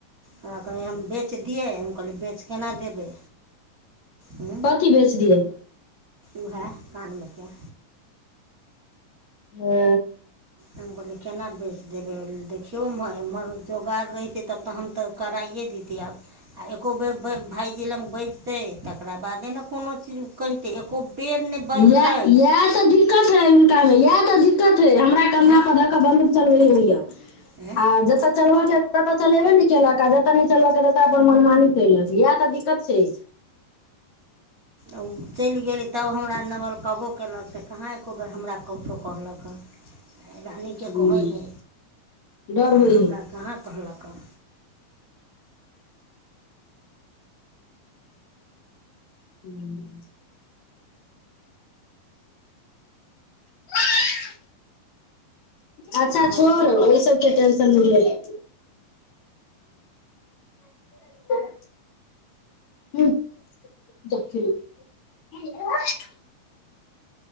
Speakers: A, on the right; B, on the left.
A: हमरा कहल हम बेच दिए हम कहलिए बेच केना देबै हँ
B: कथी बेचि दियए
A: उएह कानमेके
B: ह हू
A: हम कहलियै केना बेच देबै देखियौ हम एमहर जोगार रहहितै तब तऽ हम तऽ कराइए दैते आब आर एको बेर भाइजी लग बजतै तकरा बादे ने कोनो चीज कहितै एको बेर नहि बजलै
B: इह इएह तऽ दिक्कत है हुनकामे इएह तऽ दिक्कत रहै हमरा कन्हा
A: आँय
B: पर दऽ के बन्दूक चलबे होइया आ
A: आँय
B: जतऽ चलब ततऽ चलेबे ने केलक आ जतऽ नहि चलबक ततऽ अपन मनमानि कलक इएह तऽ दिक्कत छै
A: ओ चलि गेली तब हमरा नबल कबो कयलक से कहाँ एको बेर हमरा कछो कहलक हन
B: <inaudible>
A: रानीके
B: हूं
A: कहै हइ
B: डर होइ
A: आ हमरा
B: है
A: कहाँ कहल ह
B: <unintelligible> <unintelligible> अच्छा
A: हम
B: छोड़ ओहि सबके टेंशन नहि ले <unintelligible> <unintelligible>